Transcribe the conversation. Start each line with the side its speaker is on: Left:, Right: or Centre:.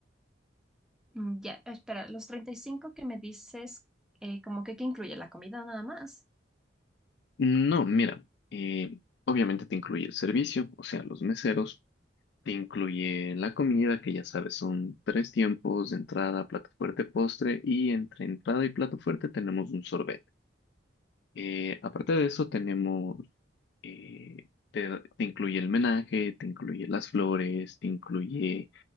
Centre: Mm, ya, espera, los treinta y cinco que me dices, eh, como que, que incluye la comida nada más.
Left: No, mira, eh, obviamente te incluye el servicio, o sea, los meseros Te incluye la comida, que ya sabes, son tres tiempos, entrada, plato fuerte, postre, y entre entrada y plato fuerte tenemos un sorbet. Eh, aparte de eso, tenemos, eh, te, te incluye el menaje, te incluye las flores, te incluye